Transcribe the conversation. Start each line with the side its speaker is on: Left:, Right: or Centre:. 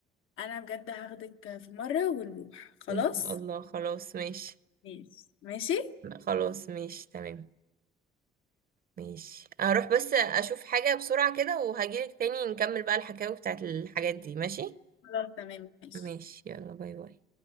Left: انا بجد هاخدك في مره ونروح خلاص
Right: ان شاء الله خلاص ماشي
Left: ماشي ماشي
Right: خلاص ماشي تمام ماشي هروح بس اشوف حاجة بسرعة كده وهجيلك تاني نكمل بقى الحكاوي بتاعت الحاجات دي ماشي
Left: خلاص تمام ماشي
Right: ماشي يلا باي باي